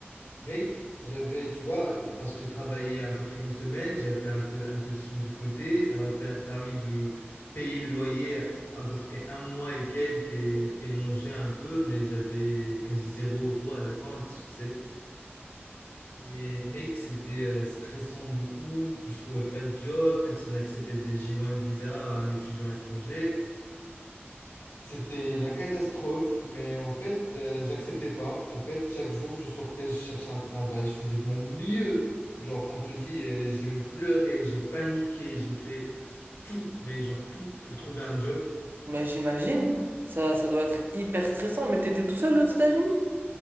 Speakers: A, on the left; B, on the right.
A: Mec, j'avais, tu vois, parce que j'ai travaillé à peu près une semaine, j'avais fait un peu, un peu de sous de côté, ça m'a per- permis de payer le loyer à peu près un mois et quelques et, et manger un peu, mais j'avais quasi zéro euro à la fin, tu sais. Et mec, c'était euh, stressant de ouf, je trouvais pas de job, personne n'acceptait des J1 visa à un étudiant étranger. C'était la catastrophe, mais en fait, euh, j'acceptais pas. En fait, chaque jour, je sortais, je cherchais un travail, je faisais de mon mieux. Genre, quand je te dis, euh, j'ai même pleuré, j'ai paniqué, j'ai fait tout, mais genre tout, pour trouver un job.
B: Mais j'imagine, ça, ça doit être hyper stressant, mais t'étais tout seul aux États-Unis.